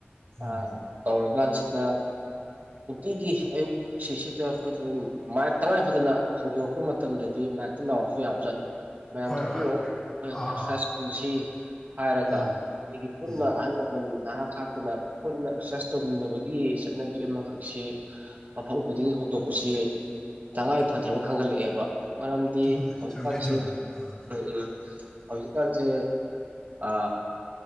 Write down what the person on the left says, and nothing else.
ꯎꯝ
ꯍꯣꯏ
ꯍꯣꯏ
ꯑꯥ ꯑꯥ
ꯎꯝ
ꯎꯝ
ꯆꯨꯝ
ꯆꯨꯝꯃꯦ ꯆꯨꯝꯃꯦ ꯑꯥ